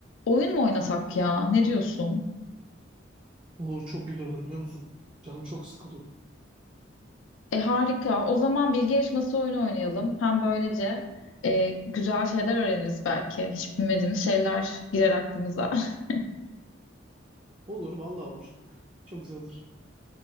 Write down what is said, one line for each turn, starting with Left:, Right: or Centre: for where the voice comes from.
Left: Oyun mu oynasak ya? Ne diyorsun?
Right: Olur çok güzel olur biliyor musun? Canım çok sıkılıyor.
Left: E harika. O zaman bilgi yarışması oyunu oynayalım. Hem böylece e, güzel şeyler öğreniriz belki. Hiç bilmediğimiz şeyler girer aklımıza. <laughs>
Right: Olur vallahi olur. <laughs> Çok güzel olur.